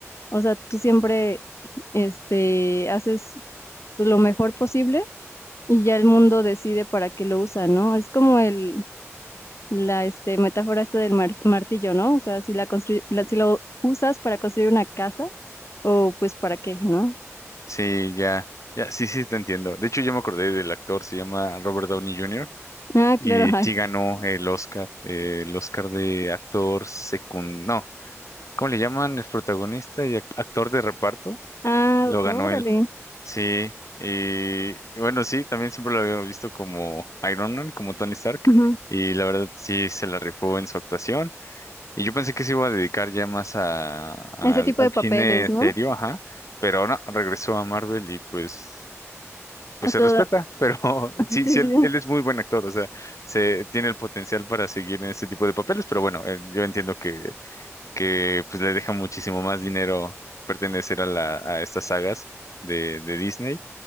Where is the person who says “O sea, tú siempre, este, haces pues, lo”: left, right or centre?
Left